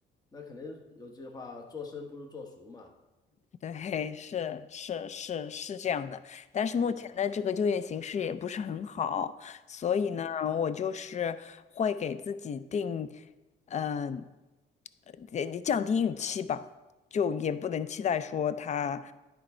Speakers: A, on the left; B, on the left.
A: 那肯定有句话，做生不如做熟嘛。
B: 对，是是是是这样的，但是目前的这个就业形势也不是很好，
A: 嗯
B: 所以呢，
A: 嗯
B: 我就是会给自己定，嗯、呃，也也降低预期吧，就也不能期待说他